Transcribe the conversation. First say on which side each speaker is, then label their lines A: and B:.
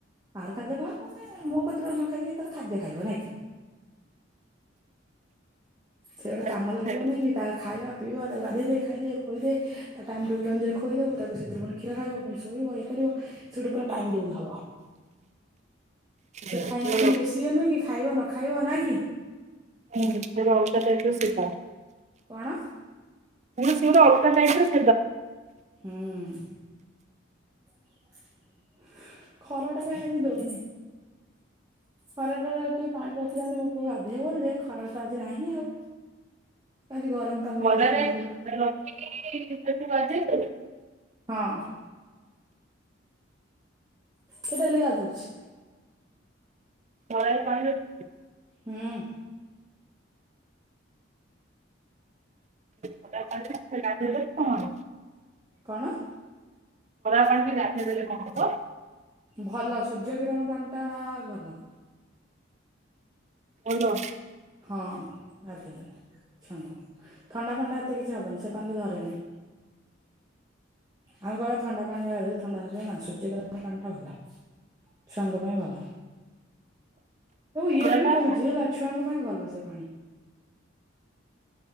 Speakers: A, on the right; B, on the right.
A: ବାହାର ଖାଦ୍ୟ କଣ ମାନେ ମୋ କତରେ ନ ଖାଇକି ତାର ଖାଦ୍ୟ ଖାଇବ ନାଇଁ କି। ସେ ଗୋଟେ
B: ଅଲଗା
A: କାମ ଲାଗିବ
B: ଟାଇପ
A: ନାଇଁ କି ତାକୁ ଖାଇବା ପିଇବା ତାକୁ ଗାଧେଇ ଦେ ଖାଇଦ ଖଇଦ ତା ଟାଇମ ଟେବୁଲ ଅନୁଯାୟୀ ଖୋଇଦବ ତାକୁ ସେଥିରେ ପୁଣି କ୍ଷୀର ଖାଇବ ପୁଣି ଶୋଇବ ଇଏ କରିବ ସେ ଗୋଟେ ପୁରା ଟାଇମ ଟେବୁଲ ହବ। ସେ
B: ର
A: ଖାଇନି ପୁଣି ବେଶୀ ହ ନୁହେ କି ଖାଇବ ନ ଖାଇବ। ନା କି।
B: ହୁଁ ସେ ରଉତ ତା ସେଧା <inaudible>
A: କଣ?
B: ମୁଁ ସିଏ ଗୋଟେ ଅଲଗା ଟାଇପ୍ ର କି।
A: ହୁଁ। <inaudible> ଖରା ଟା କାହିଁ ଆଜି ଦଉନି। ଖରା ଟାରେ ଆଜି ଟିକେ ପାଣି ରଖିଥାନ୍ତି ମୋ ପୁଅ ଗାଧିବ ବୋଲି ଯେ ଖରା ତ ଆଜି ନାହିଁ ଆଉ। ଆଜି ଗରମ ପାଣିରେ
B: ଭଲରେ
A: ଗାଧେଇ ଦେବାକୁ ପଡିବ
B: ରଖିକି ତାକୁ ଗାଧେଇବୁ।
A: ହଁ ସେ ଡେଲି ଗାଧଉଛି।
B: <inaudible>
A: ହଁ
B: ଖରା <inaudible>
A: କଣ‍‍
B: ଣ ଦେଖେଇ ଦେଲେ କଣବ
A: ଭଲ ସୂର୍ଯ୍ୟକିିରଣ ପାଣି ଟା ଭଲ
B: ହଉ ତ
A: ହଁ ଗଧୁ ଛୁଆଙ୍କୁ ଥଣ୍ଡା ଫଣ୍ଡା ଏତେ କିଛି ହବନି ସେ ପାଣି ଧରେନି ଆଉ କଣ ଥଣ୍ଡା ପାଣିରେ ଗାଧୋଇ ଥଣ୍ଡା ଧରିବ ନା ସୂର୍ଯ୍ୟକିରଣ ପାଣି ଟା ଭଲ ଛୁଆଙ୍କ ପାଇଁ ଭଲୁ ଇଏରେ
B: ଖରା
A: ବି କହୁଛି
B: ଟା
A: ହେଲା ଛୁଆଙ୍କ ପାଇଁ ଭଲ ସେ ପାଣି